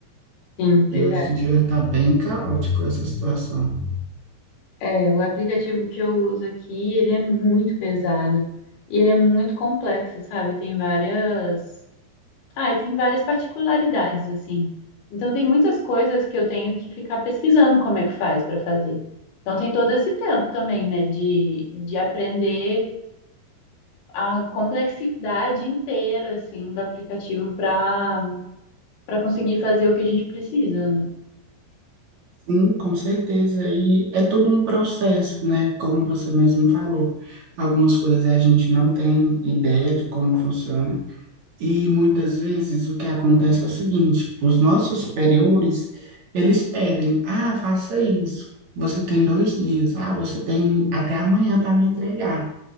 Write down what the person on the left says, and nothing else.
sim, pois
é.
É, o aplicativo que eu uso aqui, ele é muito pesado e ele é muito complexo, sabe? Tem várias, ah, e tem várias particularidades assim. Então tem muitas coisas que eu tenho que ficar pesquisando como é que faz para fazer. Então tem todo esse tempo também, né, de, de aprender a complexidade inteira assim do aplicativo para para conseguir fazer o que a gente precisa, né?